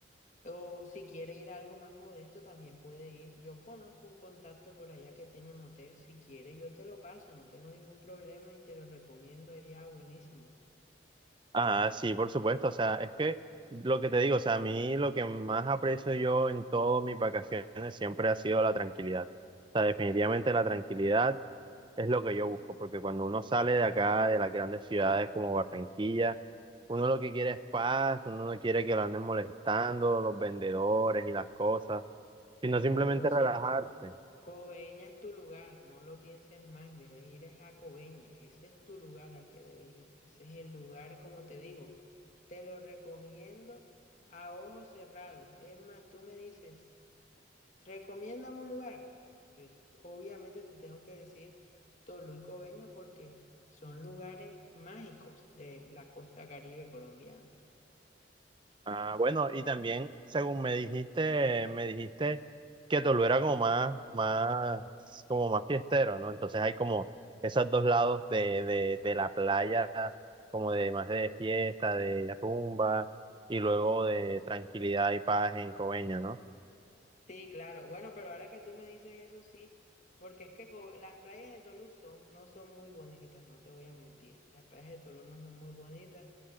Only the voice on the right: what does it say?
Ah, sí, por supuesto. O sea, es que lo que te digo, o sea, a mí lo que más aprecio yo en todas mis vacaciones siempre ha sido la tranquilidad. O sea, definitivamente la tranquilidad es lo que yo busco, porque cuando uno sale de acá, de las grandes ciudades como Barranquilla, uno lo que quiere es paz, uno no quiere que lo anden molestando los vendedores y las cosas, sino
simplemente
relajarse.
Ah, bueno, y también, según me dijiste, me dijiste que Toluera era como más, más, como más fiestero, ¿no? Entonces hay como esos dos lados de, de, de la playa, como de más de fiesta, de rumba, y luego de tranquilidad y paz en Coveña, ¿no?